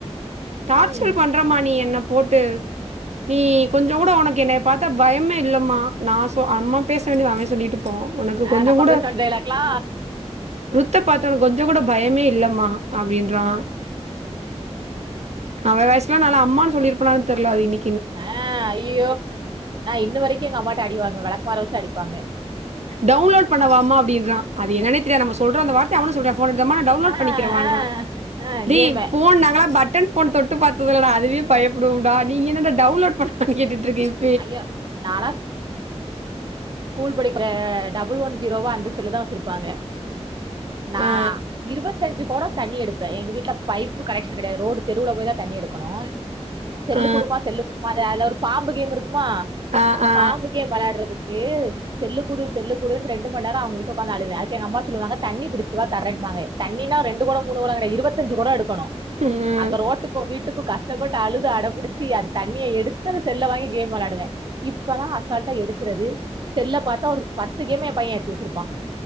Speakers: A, on the right; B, on the right.
A: டார்ச்சர்
B: ம்
A: பண்றமா நீ என்னப் போட்டு நீ கொஞ்சங்கூட ஒனக்கு என்னய பாத்தா பயமே இல்லம்மா நா சொ நம்ம பேச வேண்டியது அவ சொல்லிட்டு போவா ஒனக்கு
B: ஆ
A: கொஞ்சங்கூட
B: நம்ம பேசுன டைலாக்லா
A: ருத்தப் பாத்தா ஒனக்கு கொஞ்சங்கூட பயமே இல்லம்மா அப்டின்றா அவ வயசலா நால அம்மான்னுல்லிருப்பனானனு தெரியலா அது இனி
B: ஆ ஐயோ ந இன்ன வரைக்கு எங்க அம்மாட்ட அடிவாங்க வெளக்க மர வச்சு அடிப்பாங்க
A: டவுன்லோட் பண்ணாவாமா அப்டின்ற அது என்னேனே தெரியது நம சொல்ற அந்த வார்த்த அவனு சொல்ற போன் எடுத்தாம நா டவுன்லோட்
B: ஆ
A: பண்ணிக்கிற மா
B: ஆ
A: ன்றா
B: ஆ
A: டேய்
B: கேமு
A: போன் நாங்களா பட்டன் போன் தொட் பாத்ததில்ல டா அதுவே பயப்படுவொம்டா நீ என்னட டவுன்லோட் பண்ண <unintelligible>
B: அய்யோ நாலா ஸ்கூல் படிக்கிற டபுள் ஒன் ஜீரோவா அந்த செல்லுதா வச்சிருப்பாங்க நா
A: ஆ.
B: இருபத்தஞ்சு கொட தண்ணி எடுப்ப எங்க வீட்ல பைப்பு கனெக்க்ஷன் கெடையாது ரோடு தெருவுல போய் தா தண்ணி எடுக்கணூ செல்லு
A: ஆ.
B: குடுமா செல்லு குடுமா அத அதுல ஒரு பாம்பு கேம் இருக்குமா
A: ஆ.
B: அந்த
A: ஆ.
B: பாம்பு கேம் வெளையாடுறதுக் <unintelligible> செல்லு குடு செல்லு குடுன்னு ரெண்டு மண் நேரொ அவங்ககிட்ட உக்காந்து அழுத அதுக்கு எங்க அம்மா சொல்லுவாங்க தண்ணி புடுச்சுட்டு வா தரேன்பாங்க தண்ணினா ரெண்டு கொட மூணு கொட கெடையா இருபத்தஞ்சு கொட எடுக்கணு
A: ம்.
B: அங்க ரோட்டுக்கு வீட்டுக்கு கஷ் கஷ்டப்பட்டு அலுது அடம்பிடிச்சு அது தண்ணிய எடுத்து அத செல்ல வாங்கி கேம் விளாடுவெ இப்பல்லா அசால்ட்டா எடுக்குறது செல்ல பாத்தா ஒரு பத்து கேம் எம்பைய ஏத்தி வெச்சிருப்பா